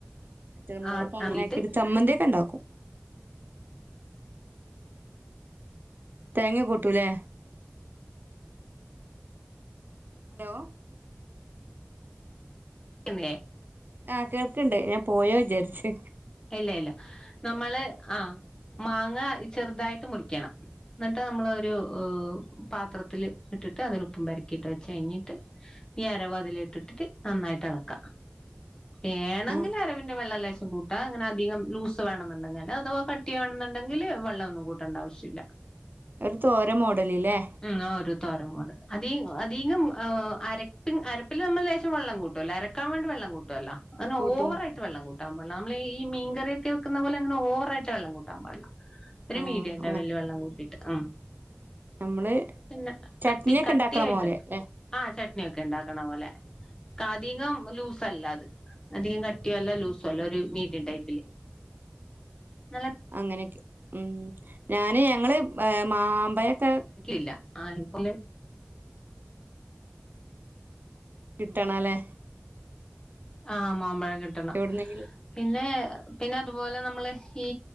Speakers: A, on the right; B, on the left.
A: പച്ചമുളക്
B: ആ
A: അങ്ങനെ
B: ഇല്ല
A: ആക്കിട്ട് ചമ്മന്തിയൊക്കെ ഉണ്ടാക്കും. തേങ്ങ കൂട്ടൂ അല്ലേ. ഹലോ
B: കേൾക്കുന്നില്ലേ?
A: ആഹ് കേൾക്കണ്ടേ ഞാൻ പോയോ വിചാരിച്ചു.
B: ഇല്ല ഇല്ല നമ്മള് ആ മാങ്ങ ചെറുതായിട്ട് മുറിക്കണം. എന്നിട്ട് നമ്മളൊരു പാത്രത്തിൽ ഇട്ടിട്ട് അതിന് ഉപ്പും പരക്കിയിട്ട് വെച്ച് കഴിഞ്ഞിട്ട് ഈ അരവ അതില് ഇട്ടിട്ടിട്ട് നന്നായിട്ട് എളക്കാം വേണമെങ്കിൽ
A: ആ
B: അരവിന്റെ വെള്ള ലേശം കൂട്ട അങ്ങനെ അധികം ലൂസ് വേണമുണ്ടെങ്കിൽ അഥവാകട്ടി വണെന്നുണ്ടെങ്കില് വെള്ളൊന്നും കൂട്ടേണ്ട ആവശ്യല്ല <inaudible>
A: ഒരു തോര മോടല്‌ല്ലേ
B: ഉം ഒരു തോരൻ മൂഡ്. അധീ അധികം ഏഹ് അരപ്പിൻ അരപ്പില് നമ്മള് ലേശം വെള്ളം കൂട്ടൂല്ലേ അര വേണ്ടി വെള്ളം കൂട്ടുവല്ലോ അങ്ങനെ
A: കൂട്ടും
B: ഓവറായി ആയിട്ട വെള്ളം കൂട്ടാൻ പാ നമ്മള് ഈ മീൻ കറിയൊക്കെക്കുന്ന പോലെങ്ങന ഓവറായിട്ട് വെള്ളം കൂട്ടൻ പാടില ഒരു
A: ആ
B: മീഡിയം
A: അങ്ങനെ
B: ലവലിൽ വെള്ളം കൂട്ടിട്ട് ഉം
A: നമ്മള്
B: പിന്നെ
A: ചട്നിയൊക്കെ
B: കട്ടി കട്ടിയായിട്ട്
A: ഉണ്ടാക്കണ പോലെ ല്ലെ
B: ആ ചട്ട്നിയൊക്കെ ഉണ്ടാക്കണ പോലെ അധികം ലൂസല്ല അത് അധികം കട്ടിയ അല്ല ലൂസോല്ല ഒരു മീഡിയം ടൈപ്പില് നല്ല
A: അങ്ങനെയൊക്കെ ഉ ഞാന് ഞങ്ങള് മാമ്പഴക്കെ
B: ഇല്ല ആ ഇപ്പോലെ
A: കിട്ടണല്ലേ?
B: ആഹ് മാമ്പഴം കിട്ടണം
A: എവിടുന്നെങ്കിലും
B: പിന്നെ പിന്നെ അതുപോലെ നമ്മള് ഈ